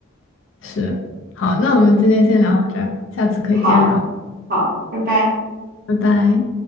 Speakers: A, on the left (about 60°); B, on the right (about 45°).
A: 是，好，那我们今天先聊到这儿，下次可以接着聊，
B: 好，好，拜拜。
A: 拜拜。